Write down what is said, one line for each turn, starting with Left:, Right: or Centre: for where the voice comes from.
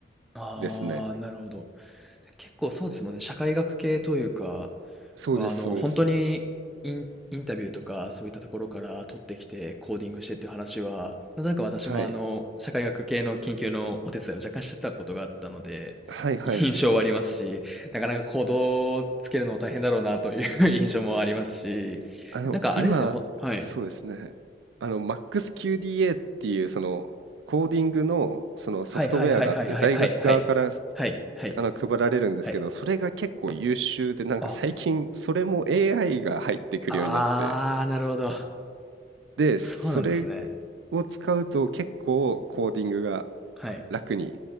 Centre: ああ、
Right: ですね。
Centre: なるほど。で、結構そうですもんね、社会学系というか
Right: そうです、
Centre: は、あの、
Right: そうです。
Centre: 本当にインインタビューとかそういったところから取ってきて、コーディングしてっていう話は、なんとなく私も、
Right: はい。
Centre: あの、社会学系の研究のお手伝いを若干してたことがあったので、
Right: はいはい。
Centre: <laughs> 印象はありますし、なかなか行動をつけるのも大変だろうなという <laughs> 印象もありますし、
Right: あの、
Centre: なんかあれですね、
Right: 今、
Centre: ほはい。
Right: そうですね。あの、MaxQDA っていう、その、コーディングの、そのソフトウェアがあって、
Centre: はいはいはいはいはいはいはい。
Right: 大学側からす
Centre: はいはい
Right: あの配られるんですけど、
Centre: はい。
Right: それが結構優秀で、なんか最近、
Centre: あ、
Right: それも AI が入ってくるようになって、
Centre: ああ、なるほど。
Right: で、
Centre: そうなんですね。
Right: それを使うと結構コーディングが
Centre: はい。
Right: 楽に